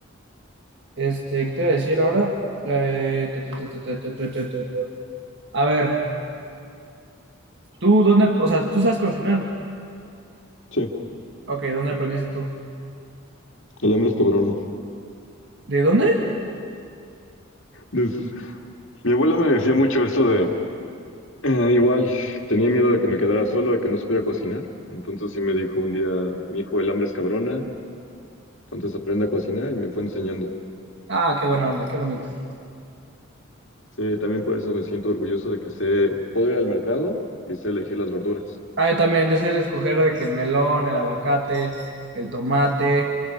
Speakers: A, on the right; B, on the left.
A: Este, ¿qué te voy a decir ahora? Eh, tu, tu, tu, tu, tu, tu, tu, tu, tu, tu. A ver, tú, ¿dónde, o sea, tú sabes cocinar?
B: Sí,
A: Ok, ¿dónde aprendiste tú?
B: el hambre es cabrona.
A: ¿De dónde?
B: Des- Mi abuela me decía mucho esto Eh, igual, tenía miedo de que me quedara solo, de que no supiera cocinar. Entonces sí me dijo un día, mi hijo, el hambre es cabrona, entonces aprende a cocinar y me fue enseñando.
A: Ah, qué buena onda, qué bonito.
B: Sí, también por eso me siento orgulloso de que sé, poder ir al mercado y sé elegir las verduras.
A: Ah, yo también, yo sé escoger de que el melón, el aguacate, el tomate,